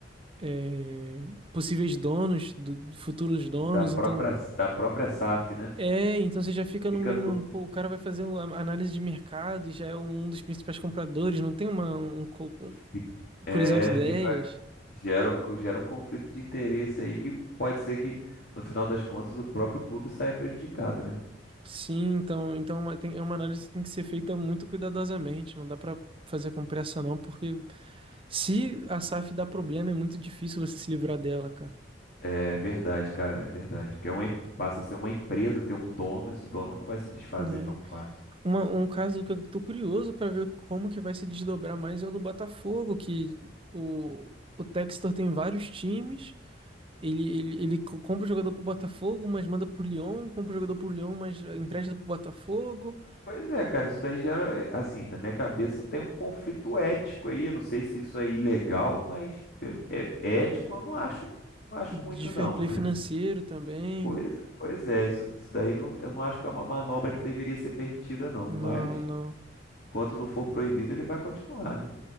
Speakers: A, on the right (about 30°); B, on the left (about 55°).
A: é, possíveis donos, do, futuros donos.
B: da própria,
A: Então
B: da própria SAF, né?
A: é, então você já fica
B: Fica
A: no meio,
B: tudo.
A: num- pô, o cara vai fazer uma análise de mercado e já é um dos principais compradores. Não tem uma um co- um,
B: fi- É,
A: colisão de ideias.
B: fica, gera um, gera um conflito de interesse aí que pode ser que, no final das contas, o próprio clube saia prejudicado, né?
A: Sim, então, então é uma tem- é uma análise que tem que ser feita muito cuidadosamente, não dá para fazer com pressa não, porque se a SAF dá problema, é muito difícil você se livrar dela, cara.
B: É verdade, cara, é verdade. Porque é uma, em- passa a ser uma empresa, ter um dono, esse dono não vai se desfazer
A: né?
B: tão fácil.
A: Uma- um caso que eu tô curioso para ver como que vai se desdobrar mais é o do Botafogo, que o, o Textor tem vários times, ele, ele, ele co- compra o jogador pro Botafogo, mas manda pro Lyon, compra o jogador pro Lyon, mas empresta pro Botafogo,
B: Pois é, cara, isso daí gera, é, assim, na minha cabeça tem um conflito ético aí. Eu não sei se isso é ilegal, mas é, é ético eu não acho, não acho
A: de
B: muito,
A: fair
B: não.
A: play financeiro também.
B: Pois, pois é, isso, isso daí não- eu não acho que é uma manobra que deveria ser permitida, não.
A: Não,
B: Mas,
A: não.
B: enquanto não for proibido, ele vai continuar, né?